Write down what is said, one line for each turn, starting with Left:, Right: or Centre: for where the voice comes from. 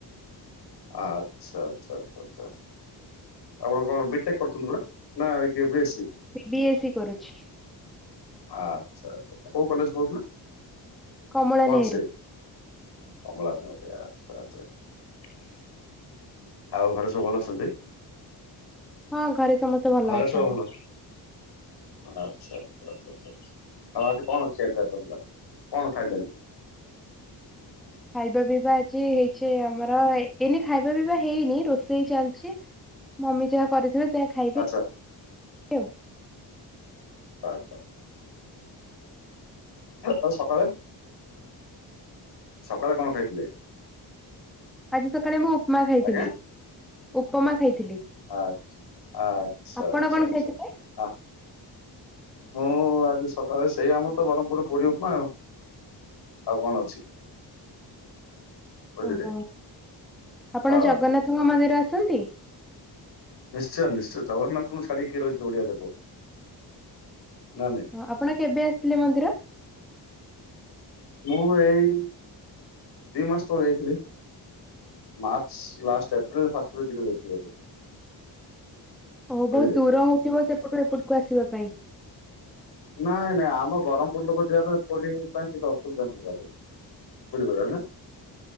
Left: ଆଚ୍ଛା ଆଚ୍ଛା ଆଛା ଆଛା ଆପଣ କଣ ବିଟେକ କରୁଛନ୍ତି ପରା ନା ଗେବେଶ୍
Centre: ବିଏସି କରୁଚି।
Left: ଆଚ୍ଛା ଆଛା କୋଉ କଲେଜ କହୁଥିଲ
Centre: କମଳା
Left: ହଁ
Centre: ନେହେରୁ
Left: ସେ କମଳା ନ <unintelligible> ଆଛା ଆଛା <inaudible> ଆଉ ଘରେ ସବୁ ଭଲ ଅଛନ୍ତି?
Centre: ହଁ ଘରେ ସମସ୍ତେ ଭଲ
Left: ଘରେ
Centre: ଅଛନ୍ତି।
Left: ସବୁ ଭଲ ଆଛା ଆଛାଛଛା ଆଉ ଆଜି କଣ ଖିଆ ପିଆ ସରିଲା କଣ ଖାଇଲେ ଆଜି?
Centre: ଖାଇବା ପିଇବା ଆଜି ହେଇଛି ଆମର ଏ ଏନେ ଖାଇବା ପିଇ ହେଇନି ରୋଷେଇ ଚାଲିଛି ମମି ଯାହା କରିଥିବ ସେୟା ଖାଇବି
Left: ଆଚ୍ଛା
Centre: <unintelligible>
Left: ଆ ଆଛା ଆଉ ସକାଳେ ସକାଳେ କଣ ଖାଇଥିଲେ?
Centre: ଆଜି ସକାଳେ ମୁଁ ଉପମା ଖାଇଥିଲି।
Left: ଆଜ୍ଞା?
Centre: ଉପମା ଖାଇଥିଲି
Left: ଆ ଆଚ୍ଛା
Centre: ଆପଣ
Left: ଆଚ୍ଛା
Centre: କଣ
Left: ଆଚ୍ଛା
Centre: ଖାଇଥିଲେ?
Left: ଆଚ୍ଛା ଆ, ମୁଁ ଆଜି ସକାଳେ ସେଇ ଆମ ତ ବ୍ରହ୍ମପୁର ପୁରୀ ଉପମା ଆଉ ଆଉ କଣ ଅଛି କି ବୁଝିଲେ
Centre: ଓହୋ ଆପଣ
Left: ହଁ
Centre: ଜଗନ୍ନାଥଙ୍କ ମନ୍ଦିର ଆସନ୍ତି?
Left: ନିଶ୍ଚୟ ନିଶ୍ଚୟ ଜଗନ୍ନାଥଙ୍କୁ ଛାଡ଼ିକି କିଏ ରହିଛି ଓଡିଆ ଲୋକ ନା ନାଇଁ
Centre: ହ ଆପଣ କେବେ ଆସଥିଲେ ମନ୍ଦିର?
Left: ମୁଁ ଏଇ ଦି ମାସ ତଳେ ଯାଇଥିଲି। ମାର୍ଚ୍ଚ ଲାଷ୍ଟ ଏପ୍ରିଲ ଫାଷ୍ଟ <unintelligible> ଯାଇଥିଲି ବୋଧେ
Centre: ଓ
Left: ବୁଝିଲେ
Centre: ବହୁତ ଦୂର ହଉଥିବ ସେପଟୁ ଏପଟକୁ ଆସିବା ପାଇଁ
Left: ନାଇଁ ନାଇଁ ଆମ ବ୍ରହ୍ମପୁର ଲୋକ ଯିବାପାଇଁ ପୁରୀ ପାଇଁ କିଛି ଅସୁବିଧା ନାଇ <unintelligible> ବୁଝିପାରିଲେ ନା